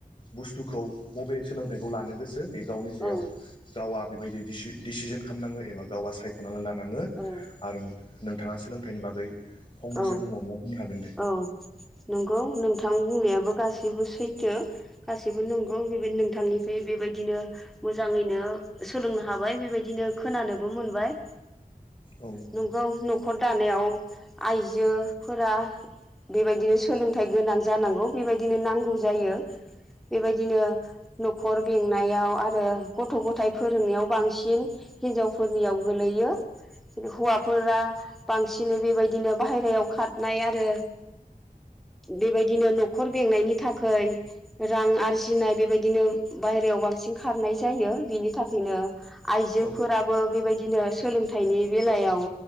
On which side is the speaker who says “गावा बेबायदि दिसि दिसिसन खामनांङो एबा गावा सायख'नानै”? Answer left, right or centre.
Left